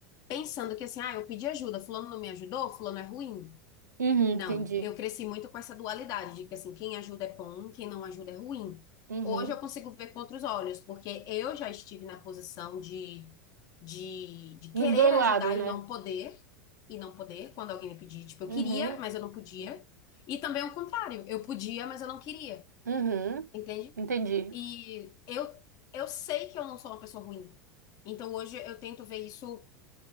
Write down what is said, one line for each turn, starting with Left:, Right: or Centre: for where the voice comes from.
Left: pensando que assim, ah, eu pedi ajuda, fulano não me ajudou, fulano é ruim,
Right: Uhum, entendi.
Left: não, eu cresci muito com essa dualidade de que assim, quem ajuda é bom, quem não ajuda é ruim.
Right: Uhum.
Left: Hoje eu consigo ver com outros olhos, porque eu já estive na posição de, de, de
Right: Nos
Left: querer
Right: dois lados,
Left: ajudar
Right: né?
Left: e não poder, e não poder, quando alguém me pedia, tipo,
Right: Uhum,
Left: eu queria, mas eu não podia. E também o contrário, eu podia, mas eu não queria,
Right: uhum.
Left: entende?
Right: Entendi.
Left: E eu, eu sei que eu não sou uma pessoa ruim. Então hoje eu tento ver isso